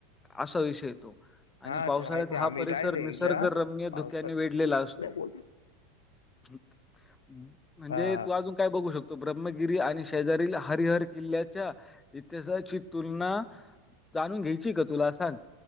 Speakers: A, on the left (about 15°); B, on the left (about 75°).
A: असा विषय हाय तो.
B: हा
A: आणि पावसाळ्यात
B: ते माहिती
A: हा
B: आम्ही
A: परिसर
B: जायल
A: निसर्गरम्य
B: एकदा पावसात
A: धुक्याने वेढलेला असतो.
B: बोल
A: हम्म. म्हणजे
B: हा
A: तूं अजूंन कायं बंघू शकतो ब्रह्मगिरी आणि शेजारील हरिहर किल्ल्यां अच्छा इतिहासाची तुंलना जाणूंन घ्यांयची कां तुंला सांग